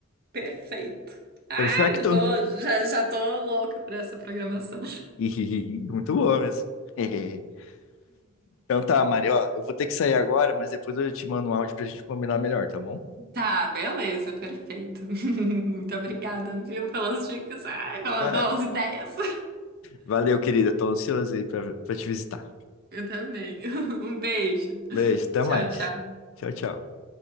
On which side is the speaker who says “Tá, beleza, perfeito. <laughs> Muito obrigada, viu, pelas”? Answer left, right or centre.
Right